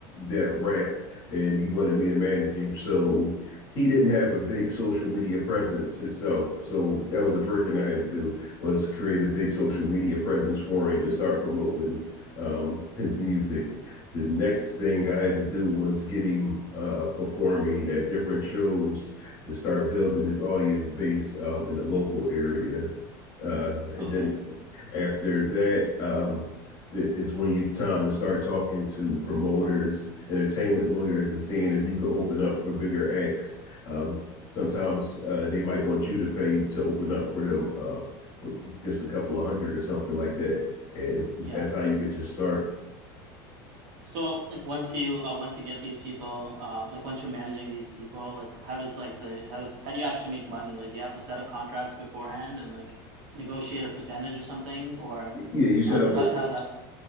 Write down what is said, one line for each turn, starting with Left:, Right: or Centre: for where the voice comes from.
Left: that rapped and he wanted me to manage him. So he didn't have a big social media presence himself. So that was the first thing I had to do was create a big social media presence for him and start promoting um his music. The next thing I had to do was get him uh performing at different shows to start building his audience base um, in the local area. Uh, and
Right: Okay.
Left: then after that, um, it's when you time to start talking to promoters, entertainment lawyers, and seeing if you could open up for bigger acts. Um, sometimes uh, they might want you to pay to open up for them, um, just a couple of hundred or something like that, and
Right: Yeah.
Left: that's how you get your start.
Right: So like once you uh, once you get these people, um, like once you're managing these people, like how does like the how does how do you actually make money? Like do you have to set up contracts beforehand and like negotiate a percentage or something, or
Left: Yeah, you set
Right: uh, like
Left: up
Right: how
Left: a
Right: how does that